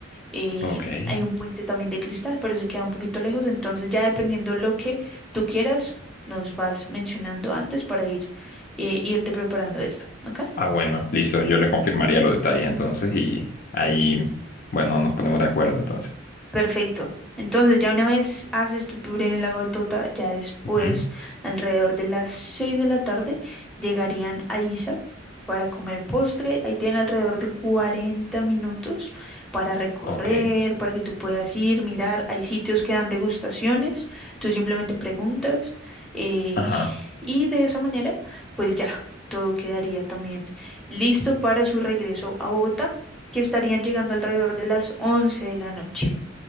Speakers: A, in the centre; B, on the left (about 45°).
A: eh,
B: Ok.
A: hay un puente también de cristal, pero se queda un poquito lejos, entonces ya dependiendo lo que tú quieras, nos vas mencionando antes para ir, eh, irte preparando esto, ¿ok?
B: Ah, bueno, listo. Yo les confirmaría los detalles entonces y ahí, bueno, nos ponemos de acuerdo entonces.
A: Perfecto. Entonces, ya una vez haces tu tour en el lago de Tota, ya después,
B: Ujú.
A: alrededor de las 6 de la tarde, llegarían a Isa para comer postre. Ahí tienen alrededor de 40 minutos para recorrer,
B: Ok.
A: para que tú puedas ir, mirar. Hay sitios que dan degustaciones, tú simplemente preguntas eh,
B: Ajá.
A: y de esa manera, pues ya, todo quedaría también listo para su regreso a Bogotá, que estarían llegando alrededor de las 11 de la noche.